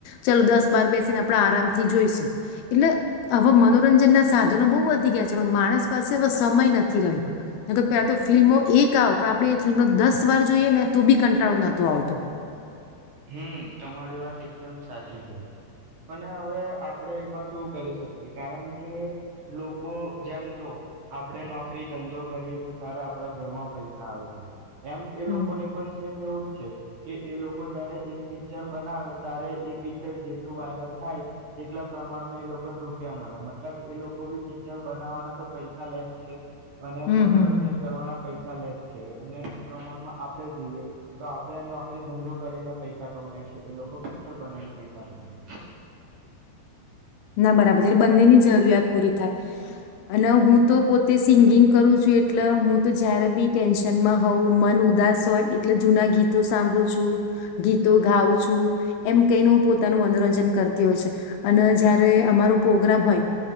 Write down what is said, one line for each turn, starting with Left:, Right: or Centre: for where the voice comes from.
Left: ચાલો દસ બાર બેસીને આપડણે આરામથી જોઈશું એટલે હવે મનોરંજન ના સાધનો બહુ વધી ગયા છે પણ માણસ પાસે હવે સમય નથી રહ્યો પેલા તો ફિલ્મો એક આવ પણ આપણે ફિલ્મો દસ વાર જોઈએ ને તો બી કંટાળો નોતો આવતું
Right: હમ તમારી વાત એકદમ સાચી છે અને હવે આપડણે એમાં શું કરી શકીએ કારણ કે લોકો જેમ જો આપડે નોકરી ધંધો કરીએ છે ત્યારે આપડા ઘરમાં પૈસા આવે છે એમ એ
Left: હમ
Right: લોકો ને પણ સેમ એવું જ છે કે એ લોકો જયારે એક પિક્ચર બનાવે ત્યારે એ પિક્ચર જેટલું વાયરલ થાય તેટલા પ્રમાણમાં એ લોકોને રૂપિયા મળે મતલબ એ લોકો બી પિક્ચર બનાવવાના તો પૈસા લે જ છે અને
Left: હમ
Right: મનોરંજન
Left: હમ હમ
Right: કરવાના પૈસા લે છે અને એ પ્રમાણમાં આપણે જોઈએ તો આપડણે નોકરી ધંધો કરીને પૈસા કમા છે એ લોકો પિક્ચર બનાવીને પૈસા કમાય છે
Left: ના બરાબર જ્યારે બંનેની જરૂરિયાત પૂરી થાય અને હું તો પોતે સિંગિંગ કરું છું એટલે હું તો જયારે બી ટેન્શનમાં હોઉં મન ઉદાસ હોય એટલે જૂના ગીતો સાંભળું છું ગીતો ગઉં છું એમ કઈને હ પોતાનું મનોરંજન કરતી હોય છે અને જ્યારે અમારો પ્રોગ્રામ હોય